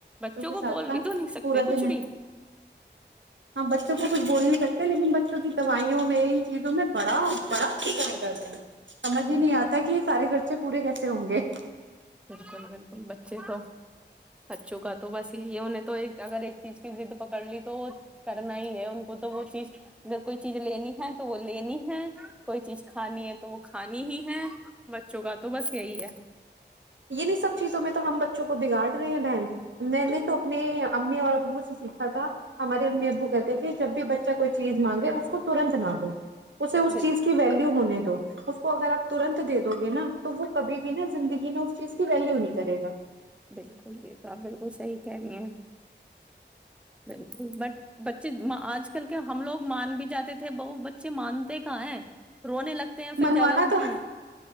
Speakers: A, in the centre; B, on the right (about 85°).
A: بچوں
B: کے
A: کو
B: ساتھ
A: بول
B: نا
A: بھی تو نہیں سکتے
B: پورا
A: کچھ
B: دن
A: بھی
B: ہم بچوں کو کچھ بول نہیں سکتے لیکن بچوں کی دوائیوں میں ان چیزوں میں بڑا بڑا ف کرتا ہے سمجھ میں نہیں
A: بالکل
B: آتا کہ یہ سارے خرچے پورے کیسے ہوں گے
A: بالکل بالکل بچے تو بچوں کا تو بس یہی انہیں تو اگر ایک چیز کی د پکڑ لی تو وہ کرنا ہی ہے ان کو تو وہ چیز اگر کوئی چیز لینی ہے تو وہ لینی ہے کوئی چیز کھانی ہے تو وہ کھانی ہی ہے بچوں کا تو بس یہی ہے
B: یہیں سب چیزوں میں تو ہم بچوں کو بگاڑ رہی ہیں بن میں نے توپ اپ نے امی اور ابو سے سیکھا تھا ہمارے امی ابو کہتے تھے جب بھی بچہ کوئی چیز مانگے اس کو ترنت نہ دو اسے اس
A: بال
B: چیز کی ویلو ہونے اس کو اگر آپ ترنت دے دو گے نا تو وہ کبھی بھی نا زندگی میں اس چیز کی ویلیو نہیں کرے گا
A: بالکل یہ تو آپ بالکل صحی کہہ رہی ہیں بالکل بٹ بچے آج کل کے ہم لوگ مان بھی جاتے تھے ب بچے مانتے کہ ہے رونے لگ ہیں پھر
B: منوانا
A: زیادہ ان
B: تو
A: کے